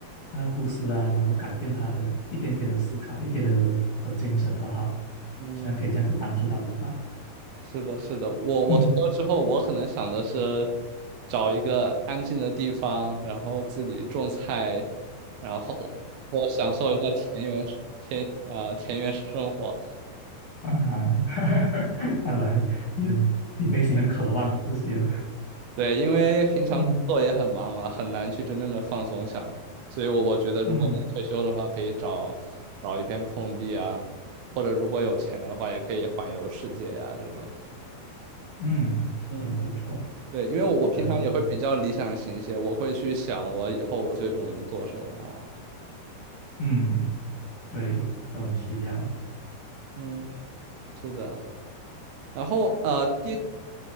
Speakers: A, on the left (about 55°); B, on the right (about 80°).
A: 那个故事啊，能够改变他的一点点的思考，一点的的精神都好，
B: 嗯
A: 希望可以这样子帮助到人吧。
B: 是的，是的，我我退休之后，
A: 嗯
B: 我可能想的是找一个安静的地方，然后自己种菜，然后我享受一下田园田啊、呃、田园生活。
A: 啊，<laughs> 看来你很你内心很渴望这些，
B: 对，因为平常工作也很忙嘛，
A: 嗯
B: 很难去真正的放松下来。所以我，我觉得如果能退休的话，
A: 嗯。
B: 可以找找一片空地啊，或者如果有钱的话，也可以环游世界呀、这种。
A: 嗯，
B: 嗯，
A: 都很不错，
B: 对，因为我我平常也会比较理想型一些，
A: 可以，
B: 我会去想我以后我最终能做什么呀。
A: 嗯，对，都很需要。
B: 嗯，是的。然后呃，第